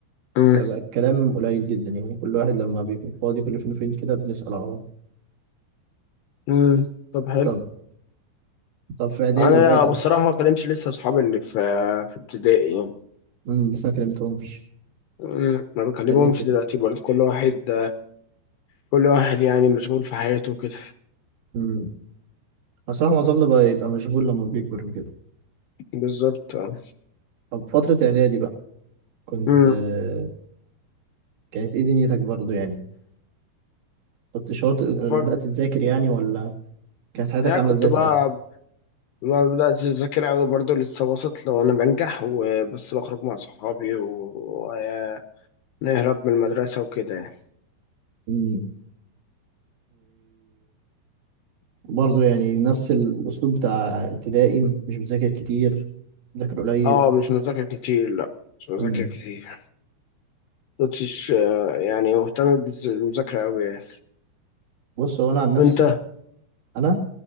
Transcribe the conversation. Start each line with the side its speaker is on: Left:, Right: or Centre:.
Left: مم.
Right: فبقى الكلام قليل جدا يعني كل واحد لما بيكون فاضي كل فين وفين كده بنسأل على بعض
Left: مم. طب حلو
Right: طب طب في إعدادي
Left: انا
Right: بقى
Left: بصراحه ما كلمتش لسه اصحابي اللي في في ابتدائي يعني.
Right: امم لسه ما كلمتهمش
Left: أمم، ما بكلمهمش
Right: ده ليه كده
Left: دلوقتي برضه كل واحد كل واحد يعني مشغول في حياته كده
Right: امم بصراحة معظمنا بقى يبقى مشغول لما بيكبر وكده
Left: بالظبط اه
Right: طب فترة إعدادي بقى كنت
Left: أمم،
Right: آه، كانت إيه دنيتك برضو يعني كنت شاطر
Left: فك-
Right: بدأت تذاكر يعني ولا كانت حياتك
Left: يعني
Right: عاملة
Left: كنت
Right: إزاي
Left: بقى
Right: ساعتها؟
Left: ما بدأت أذاكر أوي برضه لسه وسط لو أنا بنجح وبس بخرج مع صحابي ونهرب من المدرسة وكده يعني
Right: امم برضه يعني نفس الأسلوب بتاع ابتدائي مش بذاكر كتير بذاكر قليل
Left: اه مش مذاكر كتير لا مش مذاكر
Right: مم.
Left: كتير مكنتش آه، يعني مهتم بالز- بالمذاكرة أوي يعني
Right: بص هو أنا عن نفسي
Left: وأنت؟
Right: أنا